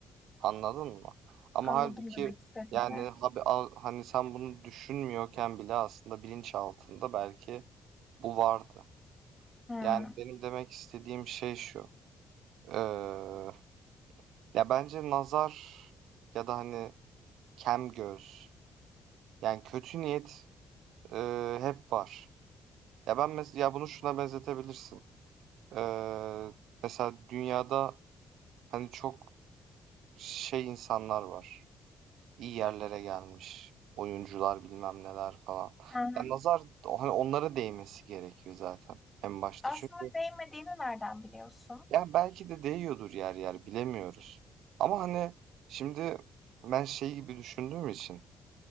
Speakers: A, on the right; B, on the left.
A: Anladın mı? Ama
B: anladım
A: halbuki
B: demek istediğini.
A: yani habi- al- hani sen bunu düşünmüyorken bile aslında bilinç altında belki bu vardı.
B: Hmm.
A: Yani benim demek istediğim şey şu. Eee, ya bence nazar ya da hani kem göz. Yani kötü niyet, eee, hep var. Ya, ben mes ya, bunu şuna benzetebilirsin. Eee, mesela dünyada, hani, çok şey insanlar var. İyi yerlere gelmiş oyuncular, bilmem neler falan.
B: Hı hı.
A: Ya, nazar, hani, onlara değmesi gerekiyor zaten en başta.
B: Aslında
A: Çünkü
B: değmediğini nereden biliyorsun?
A: yani belki de değiyordur yer yer, bilemiyoruz. Ama, hani, şimdi ben şey gibi düşündüğüm için,